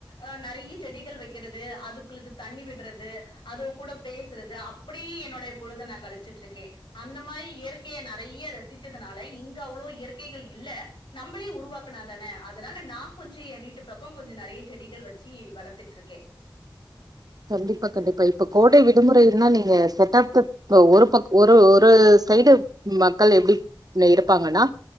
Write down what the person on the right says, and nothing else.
கண்டிப்பா கண்டிப்பா இப்ப கோடை விடுமுறைன்னா நீங்க செட்டாப்த ப்ப ஒரு பக் ஒரு ஒரு சைடு மக்கள் எப்டி இருப்பாங்கன்னா